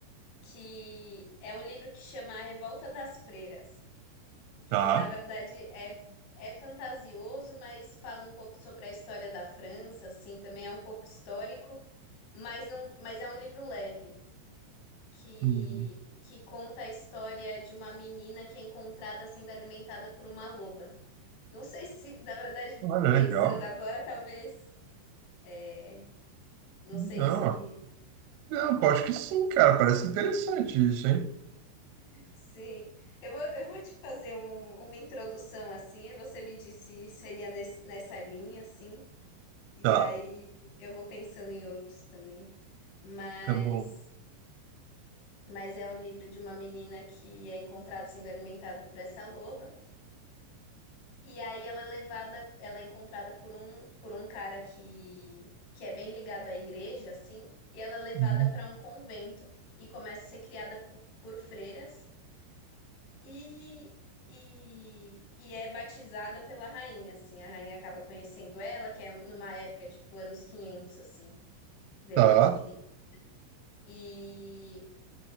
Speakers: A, on the left; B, on the right.
A: que é um livro que chama A Revolta das Freiras. que
B: Tá.
A: na verdade é, é fantasioso, mas fala um pouco sobre a história da França, assim, também é um pouco histórico, mas não, mas é um livro leve que
B: Uhum.
A: que conta a história de uma menina que é encontrada sendo alimentada por uma loba. Não sei se, na verdade,
B: Olha, legal.
A: pensando agora, talvez, é, não
B: Não,
A: sei se
B: ó. não, pô, acho que sim, cara. Parece interessante isso, hein?
A: sim. Eu vou, eu vou te fazer um- uma introdução assim, e você me disse se seria nesse- nessa linha assim. E
B: Tá,
A: aí eu vou pensando em outros também. Mas,
B: tá bom.
A: mas é um livro de uma menina que é encontrada sendo alimentada por essa loba. E aí ela é levada, ela é encontrada por um, por um cara que, que é bem ligado à igreja, assim. E ela é levada
B: Uhum.
A: para um convento e começa a ser criada por, por freiras. E, e, e é batizada pela rainha, assim. A rainha acaba conhecendo ela, que é numa época, tipo, anos 500 assim, depois
B: Tá.
A: de Cristo. E,